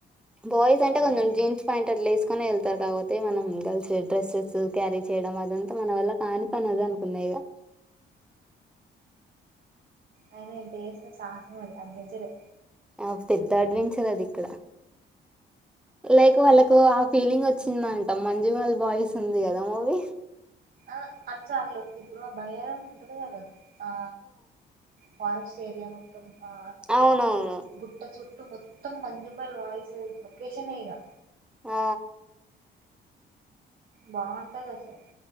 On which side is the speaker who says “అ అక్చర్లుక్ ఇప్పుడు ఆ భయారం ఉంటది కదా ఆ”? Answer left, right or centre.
Right